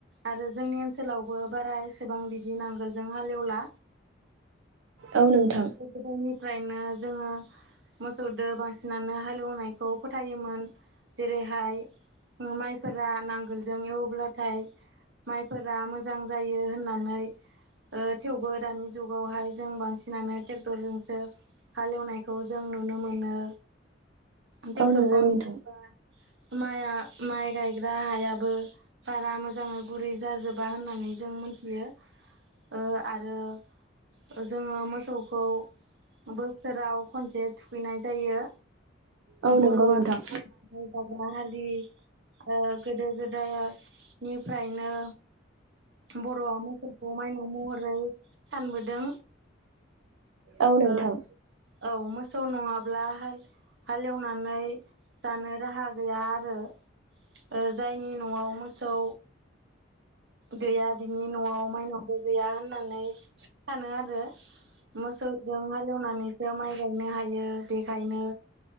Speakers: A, on the right; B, on the right.
A: आरो जोंनि ओनसो लावबो बारा एसेबां बिदि नांगोलजों हालेवला
B: औ नोंथां
A: गोदायनिफ्रायनो जोंङो। मोसौदो बांसिनानो हालेवनायखौ फोथायोमोन जेरैहाय माइफोरा नांगोलजों एवब्लाथाय माइफो रा मोजां जायो होननानै ओ थेवबो दानि जुगावहाय जों बांसिनानो टेक्टरजोंसो हालेवनायखौ जों नुनो मोनो ट्रेक्टरजों
B: औ नंगौ नोंथां
A: नायोबा माइआ माइ गायग्रा हायाबो बारा मोजांङै गुरै जाजोबा होननानै जों मोनथियो ओ आरो जोंङो मोसौखौ बोसोराव खनसे थुखैनाय जायो।
B: औ
A: बर'आ
B: नंगौ नोंथां
A: <unintelligible> दाग्रा हालि गोदो ओ गोदायनिफ्रायनो बर'आ मोसौखौ माइनाव महरै सानबोदों
B: औ नोंथां
A: ओ औ मोसौ नङाब्ला हालेवनानै जानो राहा गैया आरो ओ जायनि न'आव मोसौ गैया बिनि न'आव माइनावबो गैया होननानै सानो आरो मोसौजों हालेवनानैसो माइ <unintelligible> हायो बेखायनो